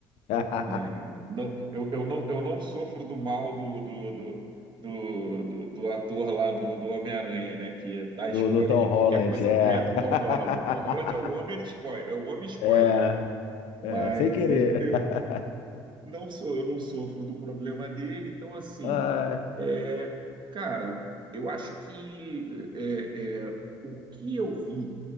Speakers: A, on the left; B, on the right.
A: <laughs>
B: É, Não, eu, eu não, eu não sofro do mal do, do, do, do, do- do ator lá do, do Homem-Aranha, né? Que dá spoiler
A: Do, do Tom
B: de qualquer
A: Holland,
B: coisa.
A: é.
B: É, do
A: <laughs>
B: Tom Holland. O Tom Holland é o homem spoiler, é o homem spoiler,
A: É,
B: né? Mas
A: é, sem querer.
B: <laughs> eu,
A: <laughs>
B: não sou, eu não sofro do problema dele. Então, assim,
A: Ai.
B: é, cara, eu acho que é, é, o que eu vi